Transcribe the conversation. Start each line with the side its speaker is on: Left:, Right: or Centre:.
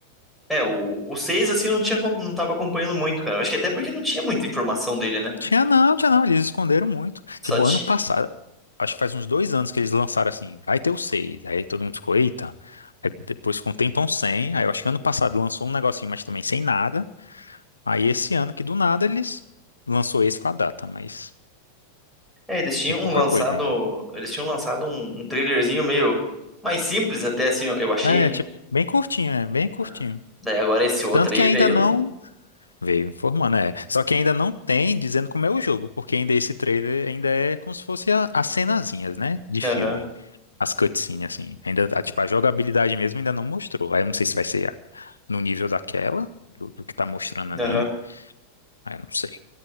Centre: É, o, o 6 assim, eu não tinha, acom- não tava acompanhando muito, cara. Eu Acho que até porque não tinha muita informação dele, né?
Left: Tinha não, tinha não, eles esconderam muito.
Centre: Só
Left: Tipo,
Centre: tinha.
Left: ano passado, acho que faz uns dois anos que eles lançaram assim, vai ter o seis Aí todo mundo ficou, eita. Aí depois ficou um tempão sem. Aí eu acho que ano passado lançou um negocinho, mas também sem nada. Aí esse ano que do nada eles lançou esse com a data, mas
Centre: É, eles tinham
Left: tem pouca
Centre: lançado.
Left: coisa ainda.
Centre: Eles tinham lançado um, um trailerzinho meio mais simples, até assim, eu eu achei,
Left: É,
Centre: né?
Left: tipo, bem curtinho, é, bem curtinho.
Centre: Aham. Daí agora esse outro
Left: Tanto
Centre: aí
Left: que ainda
Centre: veio.
Left: não veio informando, é. Só que ainda não tem dizendo como é o jogo, porque ainda esse trailer ainda é como se fosse a- as cenazinhas, né, de filme.
Centre: Aham,
Left: As cutscenes, assim. Ainda, a- tipo, a jogabilidade mesmo ainda não mostrou. Aí eu não sei se vai ser no nível daquela, do, do que tá mostrando ali.
Centre: aham.
Left: Aí eu não sei.